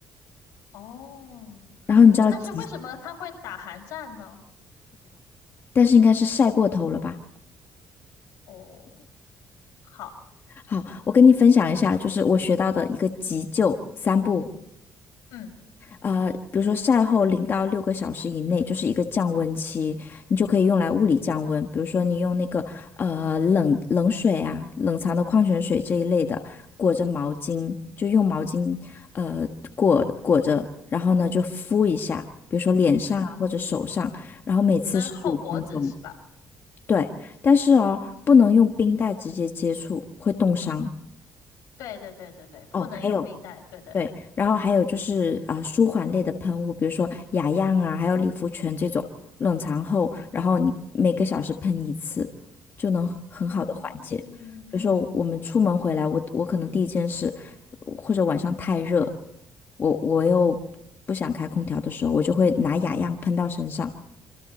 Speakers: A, on the left; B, on the left.
A: 哦，
B: 然后你知道急，
A: 但是为什么他会打寒战呢？
B: 但是应该是晒过头了吧？
A: 哦，好，
B: 好，我跟你分享一下，就是我学到的一个急救三步。
A: 嗯
B: 呃，比如说晒后零到六个小时以内就是一个降温期，你就可以用来物理降温。比如说你用那个呃冷冷水啊、冷藏的矿泉水这一类的，裹着毛巾，就用毛巾呃裹裹着，然后呢就敷一下，比如说脸上啊或者手上，
A: 嗯，
B: 然后每次十五分钟。
A: 跟后脖子是吧？
B: 对，但是哦，不能用冰袋直接接触，会冻伤。
A: 对对对对对，
B: 哦，
A: 不能用冰袋，
B: 还有。
A: 对对。
B: 对，然后还有就是啊、呃舒缓类的喷雾，比如说雅漾啊，还有理肤泉这种，冷藏后，然后你每个小时喷一次，就能很好的缓解。
A: 嗯，
B: 比如说我们出门回来，我我可能第一件事，或者晚上太热，我我又不想开空调的时候，我就会拿雅漾喷到身上。